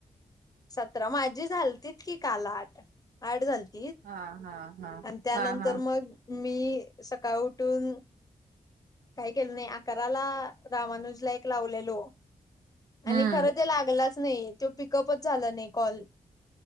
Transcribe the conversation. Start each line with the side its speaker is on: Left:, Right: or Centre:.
Left: सतरा माझी झालती कि काल आठ आठ झाली.
Right: हा हा हा.
Left: आणि त्यानंतर
Right: हा हा
Left: मग मी सकाळ उठून काही केलं नाही अकराला त्या माणूसला एक लावलेलो आणि
Right: हम्म
Left: खरं ते लागलंच नाही तो पिकअपच झालं नाही कॉल